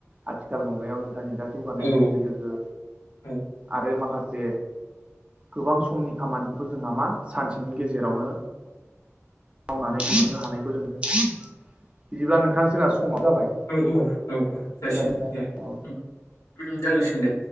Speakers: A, on the right (about 25°); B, on the left (about 85°).
A: आथिखाल मुगायाव इन्टारनेटआ जौगानाय
B: औ
A: लोगो लोगो
B: औ
A: आरो माखासे गोबां समनि खामानिखौबो जोंहा मा सानसेनि गेजेरावनो मावनानै दिहुननो हानायखौ जों नुदों बिदिब्ला नोंथां जोंहा समा जाबाय
B: औ औ औ औ
A: खोनादों
B: जासिगोन
A: नोंथां
B: दे
A: औ
B: उम जासिगोन दे।